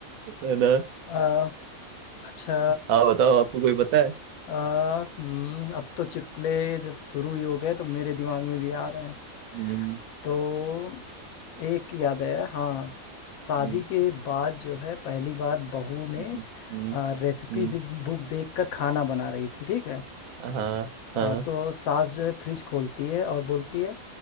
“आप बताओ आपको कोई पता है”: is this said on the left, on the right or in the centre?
Right